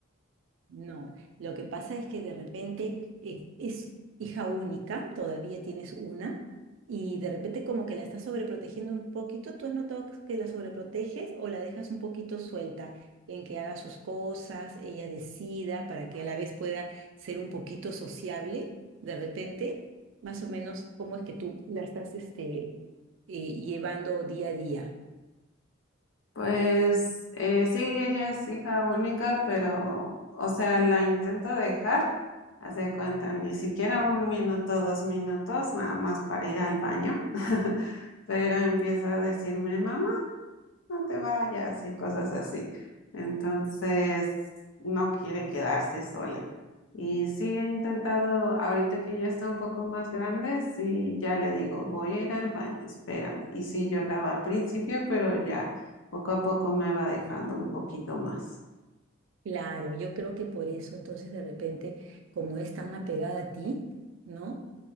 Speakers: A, on the right (about 70°); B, on the left (about 70°).
A: No, lo que pasa es que de repente eh, es hija única, todavía tienes una, y de repente como que la estás sobreprotegiendo un poquito, ¿tú has notado que la sobreproteges o la dejas un poquito suelta en que haga sus cosas, ella decida, para que a la vez pueda ser un poquito sociable? De repente, más o menos, ¿cómo es que tú la estás este, eh, llevando día a día?
B: Pues eh, sí, ella es hija única, pero, o sea, la intento dejar, haz de cuenta, ni siquiera un minuto, dos minutos, nada más para ir al baño. <laughs> Pero empieza a decirme, mamá. no te vayas y cosas así. Entonces, no quiere quedarse sola. Y sí he intentado, ahorita que ya está un poco más grande, sí ya le digo, voy a ir al baño, espérame. Y sí lloraba al principio, pero ya poco a poco me va dejando un poquito más.
A: Claro, yo creo que por eso entonces de repente, como es tan apegada a ti, ¿no?